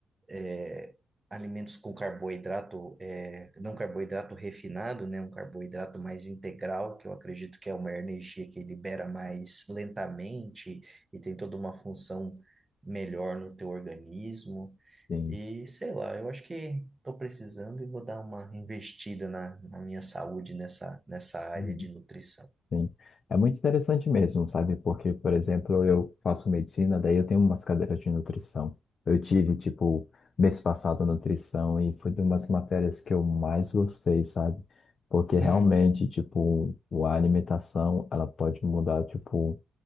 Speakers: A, on the right; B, on the left.
A: é, alimentos com carboidrato, é, não carboidrato refinado, né, um carboidrato mais integral, que eu acredito que é uma energia que libera mais lentamente e tem toda uma função melhor no teu organismo.
B: Sim,
A: E sei lá, eu acho que estou precisando e vou dar uma investida na, na minha saúde nessa, nessa área
B: Uhum.
A: de nutrição.
B: sim. É muito interessante mesmo, sabe? Porque, por exemplo, eu faço medicina, daí eu tenho umas cadeiras de nutrição. Eu tive, tipo, mês passado nutrição e foi de umas matérias que eu mais gostei, sabe? Porque
A: <laughs>
B: realmente,
A: Hum.
B: tipo, a alimentação, ela pode mudar, tipo,